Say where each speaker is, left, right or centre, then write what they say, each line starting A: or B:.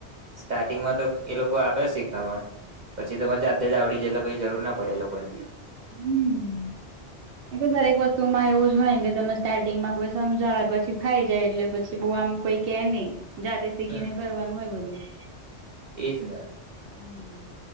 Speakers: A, on the right; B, on the right.
A: સ્ટાર્ટિંગમાં એ લોકો આપે શીખામણ. પછી તમેં જાતે જ આવડી જ એટલે પછી જરૂર ના પડે લોકોની.
B: હમ. તો દરેક વસ્તુમાં એવું જ હોય ને કે તમે સ્ટાર્ટિંગમાં કોઈ સમજાવે પછી ફાઈ જાય એટલે પછી બઉ આમ કોઈ કે નહી જાતે શીખીને
A: હમ
B: કરવાનું હોય બધું.
A: એજ ને.
B: હમ્મ.